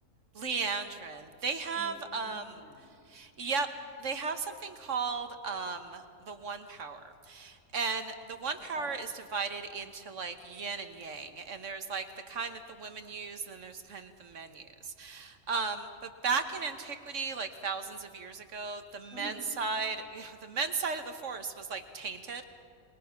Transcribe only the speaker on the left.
Lee Andren.
Okay.
hmm